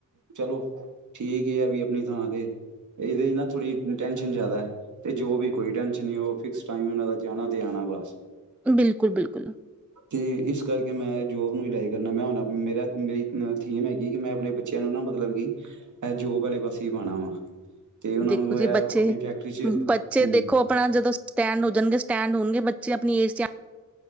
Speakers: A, on the right; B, in the centre.
A: ਚਲੋ ਠੀਕ ਆ ਵੀ ਆਪਣੀ ਥਾਂ ਤੇ ਇਹਦੇ ਨਾ ਥੋੜੀ ਟੈਸ਼ਨ ਜ਼ਿਆਦਾ ਹੈ ਤੇ ਜੋ ਵੀ ਕੋਈ ਟੈਨਸ਼ਨ ਨਹੀਂ ਉਹ ਫਿਕਸ ਟਾਈਮ ਉਹਨਾਂ ਦਾ ਜਾਣਾ ਤੇ ਆਉਣਾ ਬਸ
B: ਬਿਲਕੁਲ ਬਿਲਕੁਲ
A: ਤੇ ਇਸ ਕਰਕੇ ਮੈਂ ਜੋਬ ਨੂੰ ਲ ਲਾਈ ਕਰਨਾ ਮੈਂ ਹੁਣ ਮੇਰਾ ਮੇਰੀ ਥੀਮ ਹੈਗੀ ਕਿ ਮੈਂ ਆਪਣੇ ਬੱਚਿਆਂ ਨੂੰ ਨਾ ਮਤਲਬ ਕਿ ਇਹ ਜੋਬ ਵਾਲੇ ਪਾਸੇ ਪਾਉਣਾ ਵਾ ਤੇ ਉਹਨਾਂ
B: ਦੇਖੋ
A: ਨੂੰ
B: ਜੀ
A: ਇਹ
B: ਬੱਚੇ
A: ਆਪਣੀ ਫੈਕਟਰੀ ਚ
B: ਬੱਚੇ
A: ਹੂੰ
B: ਦੇਖੋ ਆਪਣਾ ਜਦੋਂ ਸਟੈਂਡ ਹੋ ਜਾਣਗੇ ਸਟੈਂਡ ਹੋਣਗੇ ਬੇ ਬੱਚੇ ਆਪਣੀ ਜ ਜਾ